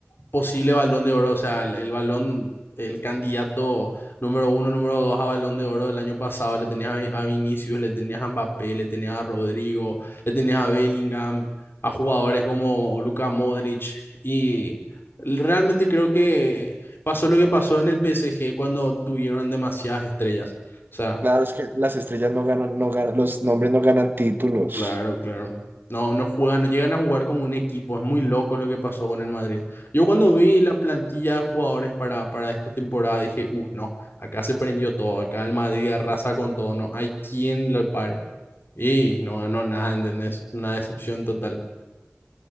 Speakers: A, on the left; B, on the right.
A: posible balón de oro, o sea, el, el balón, el candidato número uno, número dos a balón de oro del año pasado, le tenías a, Vi- a Vinicius, le tenías a Mbappé, le tenías a Rodrigo, le tenías a Bellingham, a jugadores como Luka Modric, y realmente creo que pasó lo que pasó en el PSG cuando tuvieron demasiadas estrellas. O sea,
B: Claro, es que las estrellas no ganan, no ganan, los nombres no ganan títulos.
A: Claro, claro. No, no juegan, no llegan a jugar como un equipo. Es muy loco lo que pasó con el Madrid. Yo cuando vi la plantilla de jugadores para, para esta temporada dije, uff, no, acá se prendió todo, acá el Madrid arrasa con todo, no hay quien lo pare. Y no ganó nada, ¿entendés? Una decepción total.